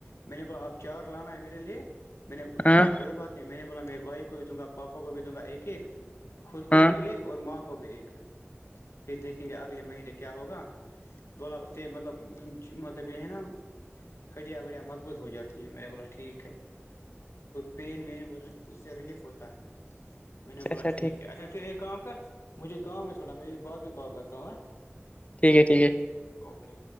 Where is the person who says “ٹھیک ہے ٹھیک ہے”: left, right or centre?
Left